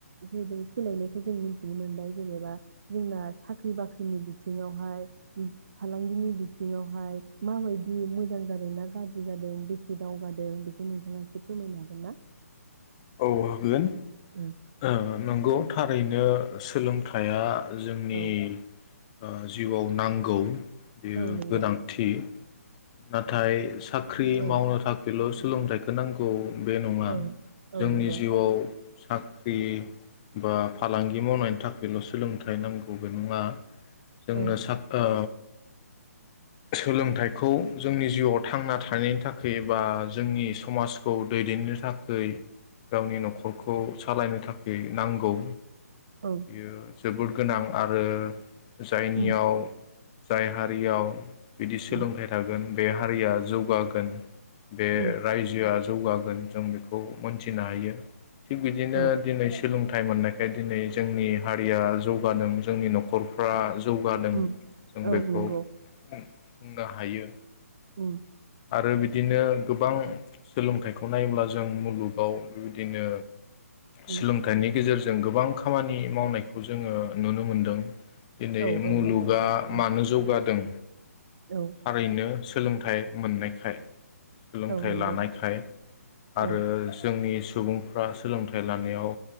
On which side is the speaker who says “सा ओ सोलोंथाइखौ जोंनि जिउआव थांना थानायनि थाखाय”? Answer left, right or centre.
Left